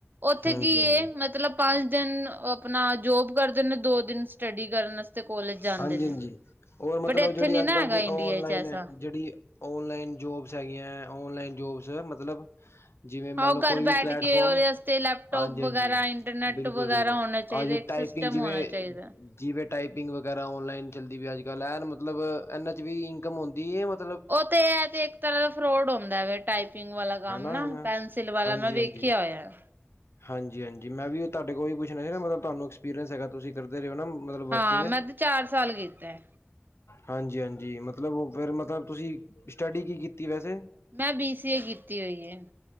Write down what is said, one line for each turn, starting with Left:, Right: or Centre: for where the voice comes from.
Right: ਉੱਥੇ
Left: ਹਾਂਜੀ
Right: ਕੀ ਏ,
Left: ਹਾਂਜੀ
Right: ਮਤਲਬ ਪੰਜ-ਦਿਨ ਉਹ ਆਪਣਾ ਜੋਬ ਕਰਦੇ ਨੇ, ਦੋ-ਦਿਨ ਸਟੱਡੀ ਕਰਨ ਕੋਲਜ ਜਾਂਦੇ
Left: ਹਾਂਜੀ-ਹਾਂਜੀ,
Right: ਨੇ
Left: ਓਰ ਮਤਲਬ
Right: ਬਟ ਇੱਥੇ
Left: ਜਿਹੜੀ
Right: ਨੀ
Left: ਅੱਜ-ਕੱਲ
Right: ਨਾ ਹੈਗਾ
Left: ਦੀ
Right: ਇੰਡੀਆ
Left: ਔਨਲਾਈਨ
Right: ਚ ਐਸਾ
Left: ਏ, ਜਿਹੜੀ ਓਨਲਾਈਨ ਜੋਬਸ ਹੈਗੀਆਂ, ਓਨਲਾਈਨ ਜੋਬਸ, ਮਤਲਬ ਜਿਵੇਂ ਮੰਨਲੋ‌,
Right: ਹਾਂ ਉਹ ਘਰ
Left: ਕੋਈ
Right: ਬੈਠ
Left: ਵੀ ਪਲੈਟਫਾਰਮ
Right: ਕੇ ਉਹਦੇ ਵਾਸਤੇ ਲੈਪਟੋਪ
Left: ਹਾਂਜੀ-ਹਾਂਜੀ,
Right: ਵਗੈਰਾ ਇੰਟਰਨੈਟ
Left: ਬਿਲਕੁਲ-ਬਿਲਕੁਲ,
Right: ਵਗੈਰਾ ਹੋਣਾ ਚਾਹੀਦਾ
Left: ਆ
Right: ਇੱਕ
Left: ਟਾਇਪਿੰਗ,
Right: ਸਿਸਟਮ
Left: ਜਿਵੇਂ
Right: ਹੋਣਾ ਚਾਹੀਦਾ
Left: ਜਿਵੇ, ਟਾਇਪਿੰਗ ਵਗੈਰਾ ਔਨਲਾਈਨ ਚੱਲਦੀ ਪਈ ਅੱਜ-ਕੱਲ, ਐਨ ਮਤਲਬ, ਇਹਨਾਂ'ਚ ਵੀ ਇਨਕਮ ਹੰਦੀ ਏ, ਮਤ
Right: ਉਹ ਤੇ ਇਹ ਤੇ ਇੱਕ ਤਰ੍ਹਾਂ ਦਾ ਫਰੋਡ ਹੁੰਦਾ ਵੇਖ ਟਾਈਪਿੰਗ ਵਾਲਾ ਕੰਮ
Left: ਹਨਾ
Right: ਨਾ
Left: ਹਨਾ
Right: ਪੈਨਸਿਲ ਵਾਲਾ
Left: ਹਾਂਜੀ
Right: ਮੈਂ ਵੇਖਿਆ
Left: ਹਾਂਜੀ
Right: ਹੋਇਆ।
Left: ਹਾਂਜੀ- ਹਾਂਜੀ ਮੈਂ ਵੀ ਤੁਹਾਡੇ ਕੋਲੋ ਹੀ ਪੁੱਛਣਾ ਸੀ ਨਾ ਮਤਲਬ ਤੁਹਾਨੂੰ ਐਕਸਪੀਰੀਅੰਸ ਹੈਗਾ। ਤੁਸੀਂ ਕਰਦੇ ਰਹੇ ਹੋ ਨਾ ਮਤਲਬ ਵਰਕਿੰਗ
Right: ਹਾਂ, ਮੈਂ ਤੇ ਚਾਰ ਸਾਲ ਕੀਤਾ।
Left: ਹਾਂਜੀ-ਹਾਂਜੀ। ਮਤਲਬ ਫਿਰ ਮਤਲਬ ਤੁਸੀਂ ਸਟੱਡੀ ਕੀ ਕੀਤੀ ਵੈਸੇ
Right: ਮੈਂ ਬੀ ਸੀ ਏ ਕੀਤੀ ਹੋਈ ਏ।